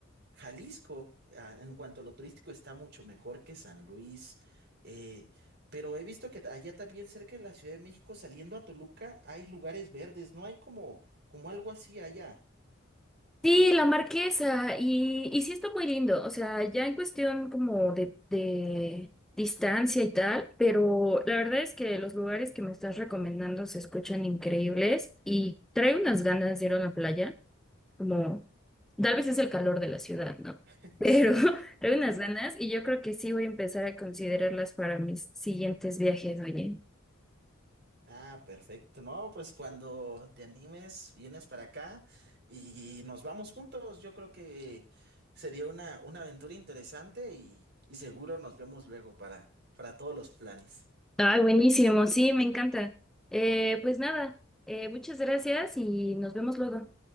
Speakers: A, on the right; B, in the centre.
A: Jalisco, ah, en cuanto a lo turístico, está mucho mejor que San Luis. eh, pero he visto que allá también cerca de la Ciudad de México, saliendo a Toluca, hay lugares verdes, no hay como, como algo así allá.
B: Sí, la Marquesa. Y, y sí está muy lindo. O sea, ya en cuestión como de, de distancia y tal. Pero la verdad es que los lugares que me estás recomendando se escuchan increíbles. Y trae unas ganas de ir a la playa. Como, tal vez es el calor de la ciudad, ¿no?
A: <laughs>
B: Pero
A: Sí.
B: <laughs> trae unas ganas. Y yo creo que sí voy a empezar a considerarlas para mis siguientes viajes, oye.
A: Ah, perfecto. No, pues cuando te animes, vienes para acá y nos vamos juntos. Yo creo que sería una, una aventura interesante y, y seguro nos vemos luego para, para todos los planes.
B: Ah, buenísimo, sí, me encanta. Eh, pues nada, eh, muchas gracias y nos vemos luego.